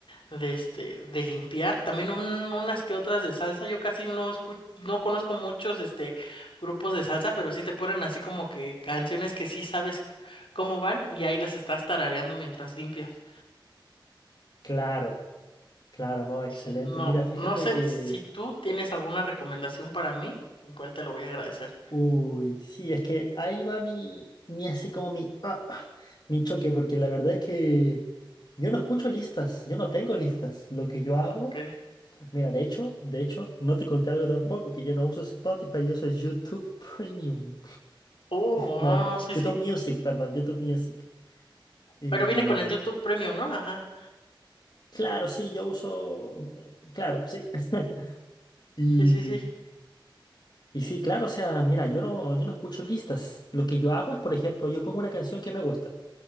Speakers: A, on the left (about 85°); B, on the left (about 55°).
A: de este, de limpiar, también un- unas que otras de salsa, yo casi no escucho, no conozco muchos este grupos de salsa, pero sí te ponen así como que canciones que sí sabes c- cómo van y ahí las estás tarareando mientras limpias.
B: Claro, claro, no, excelente.
A: Sí, No,
B: Mira, fíjate
A: no sé
B: que,
A: si tú tienes alguna recomendación para mí, igual te lo voy a agradecer.
B: uy, sí, es que ahí va mi, mi así como mi, ah, ah, mi choque, porque la verdad es que yo no escucho listas, yo no tengo listas. Lo que yo hago,
A: Ok.
B: mira, de hecho, de hecho, no te conté algo tampoco, que yo no uso Spotify, yo uso YouTube <laughs> Premium.
A: Oh, no,
B: No,
A: no, no, sí,
B: YouTube
A: sí.
B: Music, perdón, YouTube Music. y
A: Pero viene con el YouTube Premium, ¿no? Ajá.
B: Claro, sí, yo uso, eh, claro, sí. <laughs> Y,
A: Sí, sí, sí.
B: y sí, claro, o sea, mira, yo no, yo no escucho listas. Lo que yo hago es, por ejemplo, yo pongo una canción que me gusta.